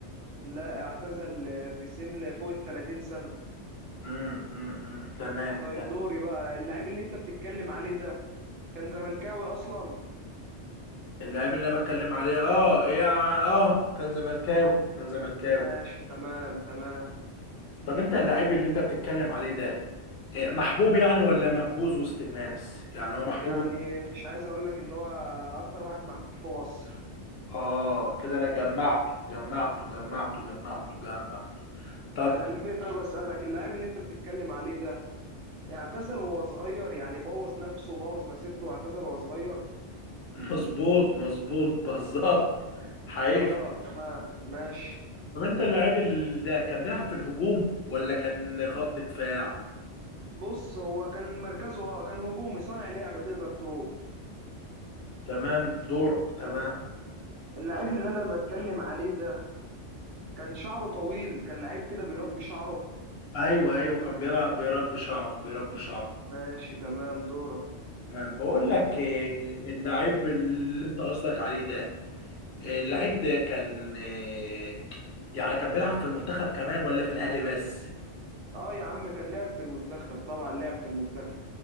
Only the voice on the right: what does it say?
لا اعتزل آه، في سن فوق ال 30 سنة
طيب
دوري بقى اللاعب اللي انت بتتكلم عليه ده كان زملكاوي اصلا
ماشي تمام تمام
يعني مش عايز اقول لك ان هو اكتر واحد محبوب في مصر
خليني طيب اسالك اللاعب اللي انت بتتكلم عليه ده اعتزل وهو صغير يعني بوظ نفسه وبوظ مسيرته واعتزل وهو صغير
اه تمام ماشي
بص هو كان مركزه اه كان هجومي صانع لعب تقدر تقول
اللاعب اللي انا بتكلم عليه ده كان شعره طويل كان لعيب كده بيربي شعره
ماشي تمام دورك
اه يا عم كان لعب في المنتخب طبعا لعب في المنتخب